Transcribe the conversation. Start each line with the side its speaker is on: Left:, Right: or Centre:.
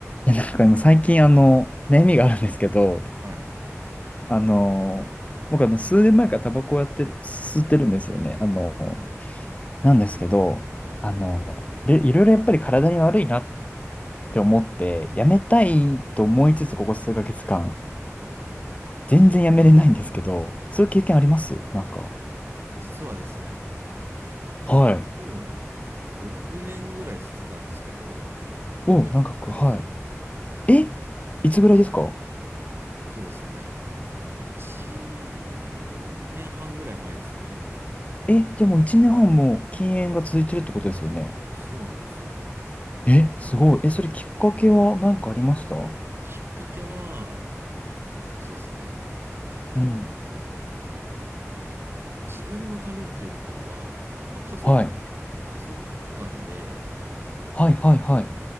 Left: いや、なんか今最近あの、悩みがあるんですけど、
Right: はい、
Left: あの、僕あの、数年前からタバコをやって、吸ってるんですよね。あの、
Right: はい、
Left: なんですけど、
Right: はい、
Left: あの、でいろいろやっぱり体に悪いなって思って、やめたいと思いつつ、
Right: はい、
Left: ここ数ヶ月間、
Right: はい。
Left: 全然やめれないんですけど、そういう経験ありますなんか。
Right: ある実はですね、
Left: はい。
Right: 僕も6年ぐらいしてたんですけど、僕辞めたんです。
Left: お、なんかこう、はい。え、いつぐらいですか
Right: とですね、1年半ぐらい前ですかね。
Left: え、じゃあもう1年半も禁煙が続いてるってことですよね。
Right: そうなんですよ。
Left: え、すごい。え、それきっかけは何かありました
Right: きっかけは、えっとですね、
Left: うん。
Right: うん、うんこう自分のためっていうよりかは、まあ、家族、
Left: はい。
Right: 家族間で、
Left: はいはいはい。